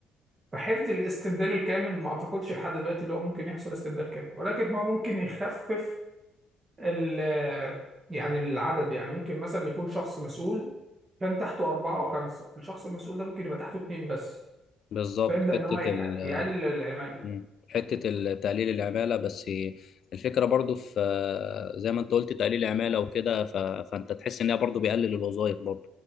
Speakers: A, on the right (about 35°); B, on the left (about 55°).
A: فحته الاستبدال الكامل ما اعتقدش لحد دلوقتي اللي هو ممكن يحصل استبدال كامل ولكن هو ممكن يخفف ال- يعني العدد يعني ممكن مثلا يكون شخص مسؤول كان تحته أربعة أو خمسة الشخص المسؤول ده ممكن يبقى تحته اتنين بس
B: بالظبط
A: فيبدأ
B: حته
A: إن هو يق-
B: ال...
A: يقلل العمالة
B: مم. حته ال- تقليل العماله بس الفكره برضو في زي ما انت قلت تقليل العماله وكده ف... فانت تحس ان هي برضو بيقلل الوظائف برضو